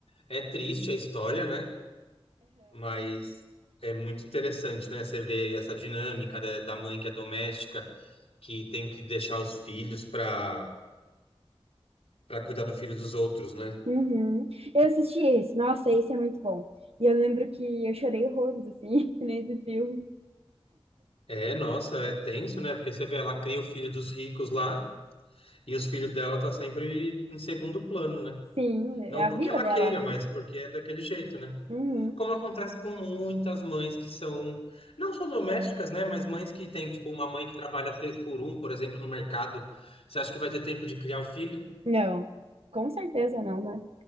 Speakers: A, on the left; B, on the right.
A: é triste a história, né? Mas é muito interessante, né? Você vê essa dinâmica da da mãe que é doméstica, que tem que deixar os filhos para para cuidar do filho dos outros, né?
B: Uhum. Eu assisti esse. Nossa, esse é muito bom. E eu lembro que eu chorei horrores, assim, <laughs> nesse filme.
A: É, nossa, é tenso, né? Porque você vê, ela cria o filho dos ricos lá e os filhos dela tá sempre em segundo plano, né?
B: Sim, é
A: Não
B: a
A: porque
B: vida
A: ela
B: dela,
A: queira,
B: né?
A: mas porque é daquele jeito, né?
B: Uhum.
A: como acontece com muitas mães que são, não só domésticas, né, mas mães que têm, tipo, uma mãe que trabalha seis por um, por exemplo, no mercado. Você acha que vai ter tempo de criar o filho?
B: Não, com certeza não, né?